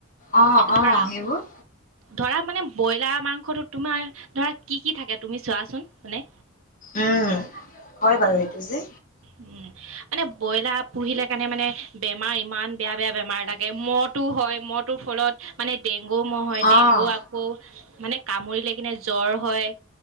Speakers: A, on the left; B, on the right.
A: অ অ
B: ধৰা
A: সেইবোৰ
B: ধৰা মানে ব্ৰইলাৰ মাংসটো তোমাৰ ধৰা কি কি থাকে তুমি চোৱাচোন মানে
A: উম হয় বাৰু সেইটো যে
B: উম মানে ব্ৰইলাৰ পুহিলে কাৰণে মানে বেমাৰ ইমান বেয়া বেয়া বেমাৰ লাগে মহটো হয় মহটোৰ ফলত মানে ডেংগু মহ হয়
A: অ',
B: ডেংগু গৌ আকৌ মানে কামুৰিলে কিনে জ্বৰ হয়